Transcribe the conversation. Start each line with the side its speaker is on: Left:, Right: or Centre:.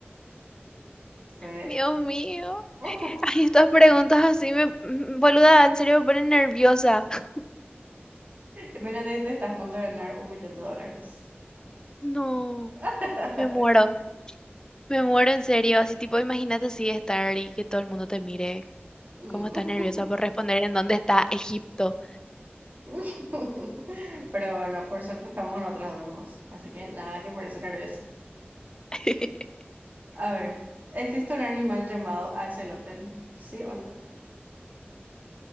Right: sí.
Left: Dios mío.
Right: <laughs>
Left: <laughs> Ay, estas preguntas así me, mm, boluda, en serio me ponen nerviosa. <laughs>
Right: Imagínate que te estás a punto de ganar un millón de dólares.
Left: No,
Right: <laughs>
Left: me muero, me muero en serio. Así tipo, imagínate así estar y que todo el mundo te mire.
Right: Mm.
Left: ¿Cómo estás nerviosa por responder en dónde está Egipto?
Right: <laughs> Pero bueno, por suerte estamos nosotros dos nomás, así que nada que ponerse nervioso.
Left: <laughs>
Right: A ver, ¿existe un animal llamado axolotl? ¿Sí o no?